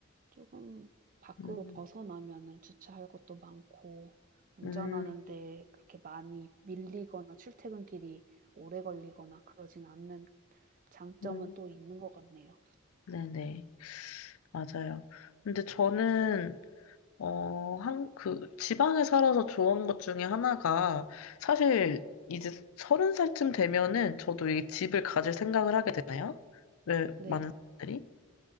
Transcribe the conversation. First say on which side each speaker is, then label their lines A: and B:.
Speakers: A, on the right; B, on the left.
A: 쪼금 밖으로
B: 음,
A: 벗어나면은 주차할 곳도 많고 운전하는
B: 음,
A: 데 그렇게 많이 밀리거나 출퇴근길이 오래 걸리거나 그러진 않는 장점은
B: 음.
A: 또 있는 것 같네요.
B: 네네. 맞아요. 근데 저는, 어, 한, 그, 지방에 살아서 좋은 것 중에 하나가, 사실, 이제 서른 살쯤 되면은 저도 이 집을 가질 생각을 하게 되나요? 왜,
A: 네,
B: 많은 사람들이?